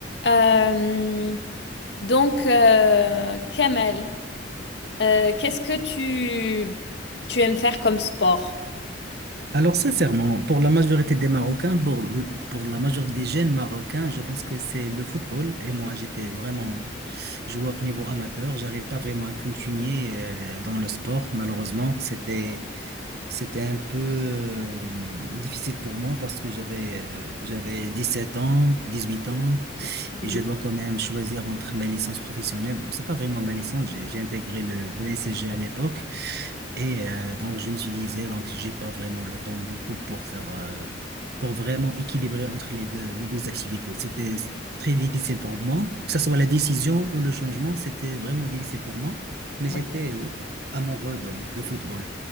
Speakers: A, on the left; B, on the right.
A: Euh, donc, euh, Kamel, euh, qu'est-ce que tu, tu aimes faire comme sport?
B: Alors, sincèrement, pour la majorité des Marocains, pour, le- pour la majorité des jeunes Marocains, je pense que c'est le football. Et moi, j'étais vraiment joueur au niveau amateur. J'arrive pas vraiment à continuer euh, dans le sport, malheureusement. C'était, c'était un peu euh, difficile pour moi parce que j'avais, euh, j'avais sept ans, dix huit ans,
A: Mhm.
B: et je dois quand même choisir entre ma licence professionnelle. C'est pas vraiment ma licence, j'ai j'ai intégré le, le NCG à l'époque. Et euh, donc, je me suis disais, donc, j'ai pas vraiment le temps beaucoup pour faire, euh, pour vraiment équilibrer entre les deux, les deux activités. C'était très difficile pour moi, que ce soit la décision ou le changement, c'était vraiment difficile pour moi, mais
A: Mhm.
B: j'étais euh, amoureux, donc, de football.